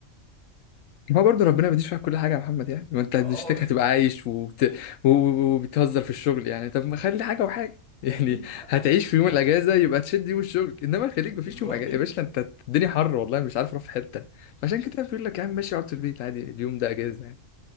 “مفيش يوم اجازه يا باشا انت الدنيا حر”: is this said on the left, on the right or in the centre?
Left